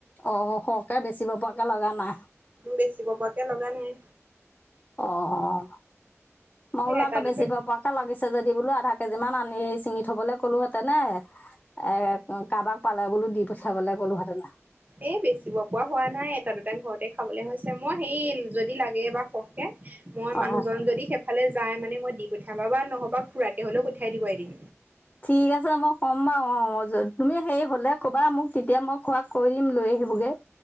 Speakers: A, on the left; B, on the right.
A: অহ'সৰকে বেচিব পৰাকে লগা নাই।
B: বেছিব পৰাকে লগা নাই।
A: অহ ', মইবোলো
B: এ এটা দুটা
A: বেচিব পৰা কে লাগি পিছে যদি বোলো আধা কেজি মান আনি চিঙি থবলে কলোহেতেন নে। এ কাৰোবাক পালে বোলো দি পঠ খাবলৈ কলো হতেনা।
B: এ বেচিব পোৱা হোৱা নাই এটা দুট ঘৰতে খাবলৈ হৈছে। মই সেই যদি লাগে বা সহকে মই মানুহজন
A: অ
B: যদি সেইফালে যাই মানে মই দি গঠাবা বা নহ'বা খুৰাতে হ'লেও পঠাই দিব এদিন।
A: ঠিক আছে মই কম বাৰু অহ তুমি হেৰি হলে কবা মোক তেতিয়া মই খোৱ কৈ দিম লৈ আহিবগে।